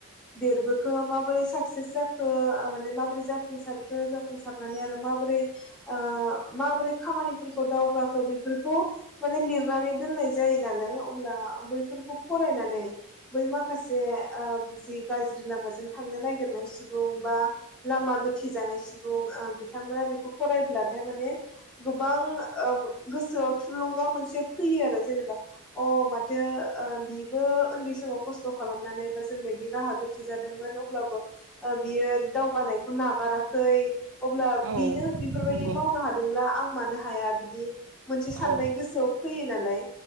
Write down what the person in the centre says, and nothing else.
देरबोखो माबोरै साक्सेस जाखो माने माबोरै जाफुंसारखो जाफुंसारनानै आरो माबोरै ओ माबोरै खामानिफोरखौ दावगाखो बेफोरखौ माने लिरनानै दोननाय जायो नालाय अब्ला बैफोर खौ फरायनानै बै माखासे ओ जि गाज्रि लामाजों थांनो नागिरनाय सुबुं बा लामा गोथि जानाय सुबुं ओ बिथांमोना बेखौ फरायब्लाथाय माने गोबां ओ गोसोआव थुलुंगा मोनसे फैयो आरो जेनेबा अ माथो ओ बिबो उन्दै समाव खस्थ' खालामनानै बा जोंबायदि राहा गोथि जादोंमोन अब्लाबो ओ बियो दावगानायखौ नागाराखै। अब्ला
बेनो बेफोरबायदि
मावनो हादोंब्ला आं मानो हा हाया बिदि मोनसे साननाय
गोसोआव फैयो नालाय